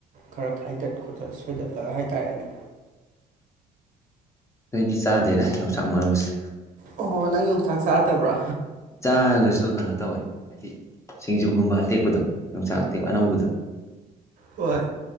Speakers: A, on the right; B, on the left.
A: ꯈꯔ ꯈꯥꯏꯗꯠ ꯈꯣꯠꯇꯠ ꯁꯣꯏꯗꯠꯂꯒ ꯍꯥꯏꯇꯥꯔꯦꯅꯦ
B: ꯅꯣꯏꯗꯤ ꯆꯥꯗꯦꯗꯥ ꯌꯣꯡꯆꯥꯛ ꯃꯔꯨꯁꯦ
A: ꯑꯣ ꯅꯪ ꯌꯣꯡꯆꯥꯛ ꯆꯥꯗꯕ꯭ꯔꯣ
B: ꯆꯥꯔꯒꯁꯨ ꯀꯩꯅꯣ ꯇꯧꯋꯦ ꯍꯥꯏꯗꯤ ꯁꯤꯡꯖꯨꯒꯨꯝꯕ ꯑꯇꯦꯛꯄꯗꯣ ꯌꯣꯡꯆꯥꯛ ꯑꯇꯦꯛ ꯑꯅꯧꯕꯗ
A: ꯍꯣꯏ